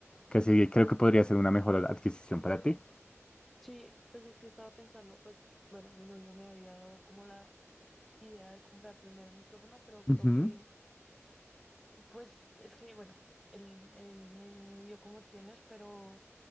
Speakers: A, on the left; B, in the centre.
A: Que sí, creo
B: Bueno,
A: que podría ser una mejor adquisición para ti.
B: sí, pues es que estaba pensando, pues, bueno, mi novio me había dado como la idea de comprar primero el micrófono, pero
A: Ujú.
B: creo que, pues, es que, bueno, él, él me dio como opciones, pero